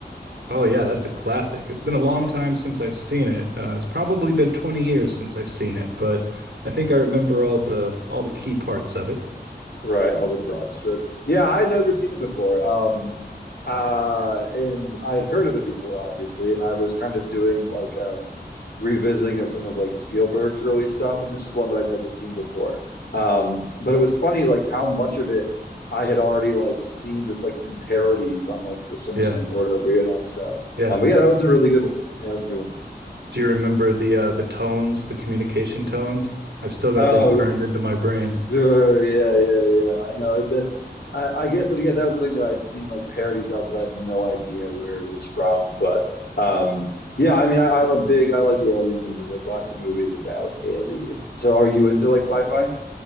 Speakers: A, on the right; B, on the left.
A: Oh yeah, that's a classic. It's been a long time since I've seen it. Uh, it's probably been 20 years since I've seen it, but I think I remember all the all the key parts of it.
B: Right, all the broad strokes. Yeah, I'd never seen it before. Um, uh, and I had heard of it before, obviously, and I was kind of doing like a revisiting of some of like Spielberg's early stuff, and this is one that I'd never seen before. Um, but it was funny like how much of it I had already like seen just like through parodies on like The Simpsons
A: Yeah,
B: or whatever, you know. So,
A: yeah.
B: um, but yeah, that was a really good one. Yeah, that was a good one.
A: Do you remember the uh, the tones, the communication tones? I've still got
B: Oh,
A: those burned into my brain.
B: sure, yeah, yeah, yeah. I know it, that's. I, I guess, but again, that was nothing that I'd seen like parodies of, but I had no idea where it was from. But um, yeah, I mean, I, I'm a big, I like alien movies, like lots of movies about aliens. So, are you into like sci-fi?